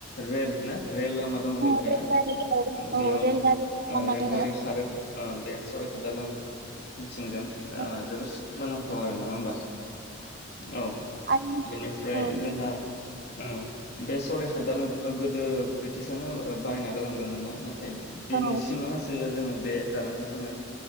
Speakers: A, on the left (about 55°); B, on the right (about 55°).
A: रेल ना रेल लामा दङ बेवहाय
B: औ रेलगारि
A: ना
B: औ
A: बेयाव
B: औ रेलगारि लामा
A: रेलगारि
B: दोङो
A: खारो । अ बे सरायघाट दालां सिंजों
B: औ
A: ओ जोबोद सोमोनांथाव आरो नङा होमबा औ
B: आरो
A: बेनिफ्राय
B: औ
A: जोंहा उम्म बे सरायघाट दालांखौथ गोदो ब्रिटिसानो बानायना गालांदोंमोन ना नाथाय दिनैसिमा
B: औ
A: लासैबो जोंङो बे दालांखौ जोंङो